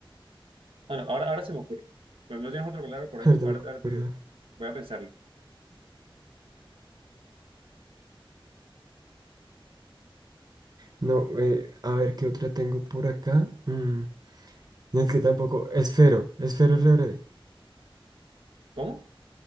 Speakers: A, on the right (about 75°); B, on the right (about 45°).
A: ah, no, ahora, ahora se me ocurre. Pero no tienes otra palabra por
B: <laughs>
A: ahí.
B: Ahorita
A: Ahora,
B: me acuerdo.
A: ahora te digo. Voy a pensarlo.
B: No, eh, a ver qué otra tengo por acá. Mm, no, es que tampoco. Esfero. Esfero es re breve.
A: ¿Cómo?